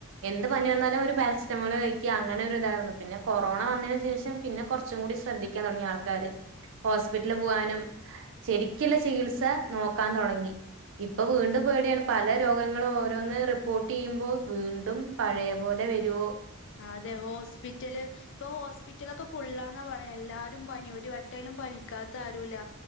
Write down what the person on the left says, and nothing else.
അതെ ഹോസ്പിറ്റല് ഇപ്പൊ ഹോസ്പിറ്റലൊക്കെ ഫുള്ളാന്നാ പറയാ എല്ലാരും പനി ഒരുവട്ടേലും പനിക്കാത്ത ആരുല്ല